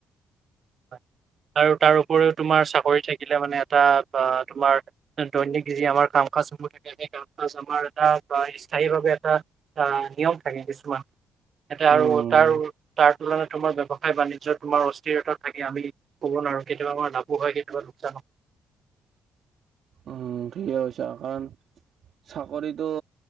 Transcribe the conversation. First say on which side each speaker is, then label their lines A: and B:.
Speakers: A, on the right; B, on the right.
A: হয়। আৰু তাৰ উপৰিও তোমাৰ চাকৰি থাকিলে মানে এটা তোমাৰ দৈনিক যি আমাৰ কাম কাজসমূহ থাকে সেই কাম-কাজ আমাৰ এটা স্থায়ীভাৱে এটা আহ নিয়ম থাকে কিছুমান। ইয়াতে আৰু
B: উম
A: তাৰু তাৰ তুলনাত তোমাৰ ব্যৱসায় বাণিজ্য তোমাৰ অস্থিৰতা থাকে, আমি ক'ব নোৱাৰো কেতিয়াবা আমাৰ লাভো হয় কেতিয়াবা লোকচান হয়।
B: উম ঠিকে কৰিছা কাৰণ, চাকৰিটো